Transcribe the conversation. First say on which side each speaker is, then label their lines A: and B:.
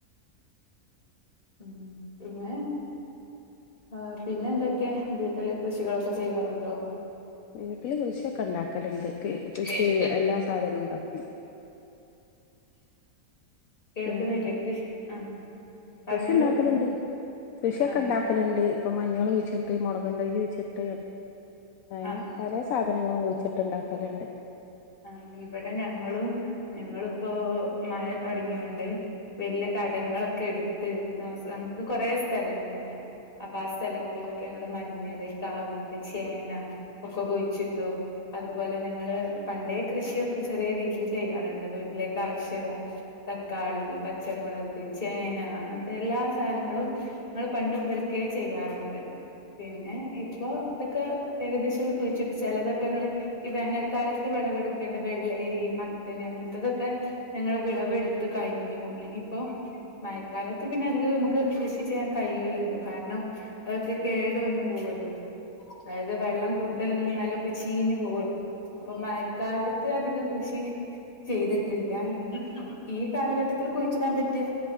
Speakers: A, on the left (about 40°); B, on the left (about 70°).
A: ഉം പിന്നെ ആഹ് പിന്നെ എന്തൊക്കെ വീട്ടില് കൃഷികളൊക്കെ ചെയ്യാറുണ്ടോ?
B: വീട്ടില് കൃഷിയൊക്കെണ്ടാക്കലിണ്ട്. കൃഷി
A: ഏഹ്
B: എല്ലാ സാധനുംണ്ടാക്കും.
A: കേൾക്കുന്നില്ലേ
B: പിന്നെ
A: കൃഷി ആ പറഞ്ഞോളൂ
B: കൃഷിണ്ടാക്കലിണ്ട് കൃഷിയൊക്കെണ്ടാക്ക
A: ആ
B: ലിണ്ട് ഇപ്പൊ മഞ്ഞൾ കുയ്ച്ചിട്ട് മുളക്ന്തയ്യ് കുയ്ച്ചിട്ട് അങ്ങനെ
A: ആ ആ
B: പലെ സാധനങ്ങളും കുഴിച്ചിട്ട്ണ്ടാക്കലിണ്ട്
A: ആഹ് ഇവടെ ഞങ്ങളും ഞങ്ങളിപ്പോ മഴ തൊട്ങ്ങ്യോണ്ട് വെല്യ തടങ്ങളൊക്കെ എടുത്ത് തവസ് അങ്ങക്ക് കുറേ സ്ഥലിണ്ട് ഇവടെ. അപ്പ ആ സ്ഥലങ്ങളിലൊക്കെ ഞങ്ങള് മഞ്ഞള്, കാവിത്ത്, ചേന ഒക്കെ കുയിച്ചിട്ടു അതുപോലെ ഞങ്ങള് പണ്ടേ കൃഷിയൊക്കെ ചെറിയ രീതില് ചെയ്യാറുണ്ട് അത് വീട്ടിലേക്ക് ആവിശ്യുള്ളെ. തക്കാളി, പച്ചമുളക്, ചേന അങ്ങൻത്തെ എല്ലാ സാധനങ്ങളും ങ്ങൾ പണ്ട് മുതൽക്കേ ചെയ്യാറുണ്ട്. പിന്നെ ഇപ്പൊ ഇതൊക്കെ ഏകദേശം കുഴിച്ചിട്ട് ചിലതൊക്കെങ്ങള് ഈ വേനൽക്കാല ത്ത് വെളവെടുക്കേണ്ട വെള്ളേരി മത്തന് അങ്ങത്തൊക്കെ ഞങ്ങള് വിളവെടുത്ത് കഴിഞ്ഞു ഇനിപ്പോ മഴക്കാലത്ത് പിന്നെ അധികം നമുക്ക് കൃഷി ചെയ്യാൻ കഴിയൂലല്ലോ കാരണം അതൊക്കെ കേടു വന്നു പോവല്ലോ, അതായത് വെള്ളം കൂടുതൽ നിന്നാല് ഒക്കെ ചീഞ്ഞ് പോവല്ലോ. അപ്പൊ മഴക്കാലത്ത് അധികം കൃഷി ചെയ്തിട്ടില്ല ഇനി ഈ കാലഘട്ടത്തിൽ കുഴിച്ചിടൻ പറ്റിയെ